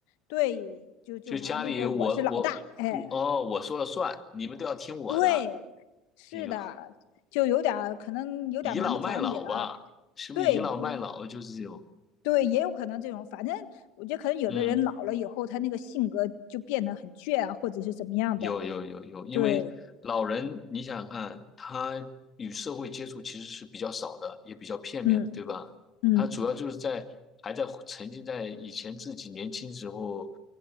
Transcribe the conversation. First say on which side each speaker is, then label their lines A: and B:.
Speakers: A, on the left; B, on the left.
A: 对，就就好像就说我是老大，
B: 就家里我我我哦，
A: 哎，
B: 我说了算，你们都要听我的。
A: 对，是的，
B: 哎呦，
A: 就有点儿可能有点儿蛮不讲理了，
B: 倚老卖老吧，是不是倚老卖老就是这种？
A: 对，有对，也有可能这种，反正我觉得可能有的人老了以后，
B: 嗯
A: 他那个性格就变得很倔啊，或者是怎么样的，
B: 有有有有，因为老人，
A: 对，
B: 你想想看，他与社会接触其实是比较少的，也比较片面的，
A: 嗯
B: 对吧？
A: 嗯，
B: 他主要就是在还在沉浸在以前自己年轻时候